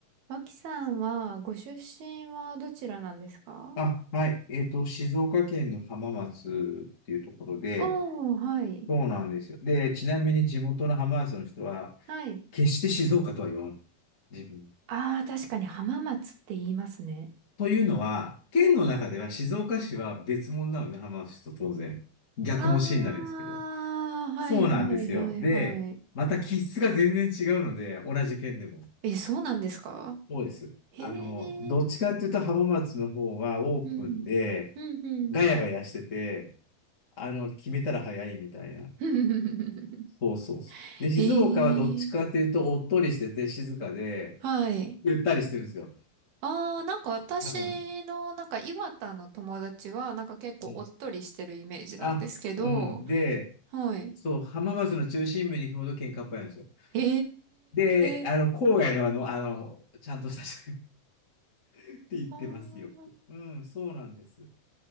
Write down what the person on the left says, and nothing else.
あ、はい。えっと、静岡県の浜松っていうところで、
そうなんですよ。で、ちなみに地元の浜松の人は、
決して静岡とは言わない。自分。
というのは、県の中では静岡市は別物なので、浜松と当然。逆もしになりですけど。
そうなんですよ。で、また気質が全然違うので、同じ県でも。
そうです。
あの、どっちかっていうと浜松の方はオープンで、
ガヤガヤしてて、あの、決めたら早いみたいな。
そうそうそう。で、静岡はどっちかというと、
おっとりしてて静かで、
ゆったりしてるんですよ。
多分。
うん。あ、うん。で、
そう、浜松の中心部に行くほど喧嘩っぽいんですよ。
で、
あの、郊外のあの、あの、ちゃんとした人 <laughs> って言ってますよく。
うん、そうなんです。